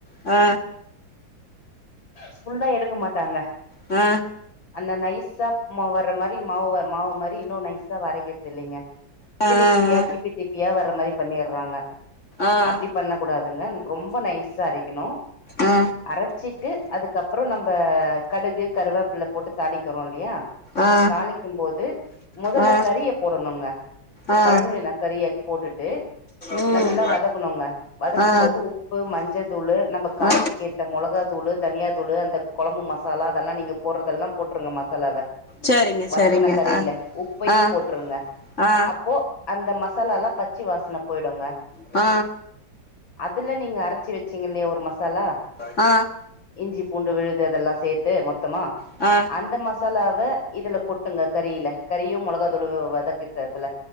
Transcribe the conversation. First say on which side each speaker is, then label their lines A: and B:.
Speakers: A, on the left; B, on the left.
A: ஆ
B: ஃபுல்லா எடுக்க மாட்டாங்க
A: ஆ
B: அந்த நைஸா மா வர்ற மாரி மாவு மாரி மாவு இன்னு நைஸா அரைக்கரதுல்லங்க
A: ஆ
B: திரி
A: ஆ
B: திரியா திப்பி திப்பியா வர்ற மாரி பண்ணிர்றாங்க
A: ஆ ஆ
B: அப்டி பண்ண கூடாதுங்க ரொம்ப நைஸா அரைக்கணு
A: ஆ
B: அரச்சிட்டு அதுக்கப்பறொ நம்ம கடுகு கருவேப்பில்ல போட்டு தாளிக்கிறோ இல்லயா
A: ஆ
B: தாளிக்கும் போது மொதல்ல
A: ஆ
B: கறிய போடணுங்க
A: ஆ
B: கழவுனின கறிய போட்டுட்டு
A: ம்
B: நல்லா வதக் குனுங்க வதக்க
A: ஆ
B: போது உப்பு மஞ்ச தூளு நம்ம காரத்துக்கு
A: ஆ
B: ஏத் த மொளகா தூளு தனியா தூளு அந்த கொழம்பு மசாலா அதெல்லா நீங்க போறதெல்லா போட்ருங்க மசாலாவ
A: சரிங்க
B: வதக்குன
A: சரிங்க
B: கரில
A: ஆ
B: உப்பையு
A: ஆ
B: போட்ருங்க
A: ஆ
B: அப்போ அந்த மசாலா எல்லாம் பச்சி வாசன போய்டுங்க
A: ஆ
B: அதுல நீங்க அரச்சி வச்சீங்க இல்லையா ஒரு மசாலா
A: ஆ
B: இஞ்சி பூண்டு விழுது அதெல்லா சேர்த்து மொத்தமா
A: ஆ
B: அந்த மசாலாவ இதுல கொட்டுங்க கறில கறியும் மொளகா தூளுவ வதக்கிட்டதுல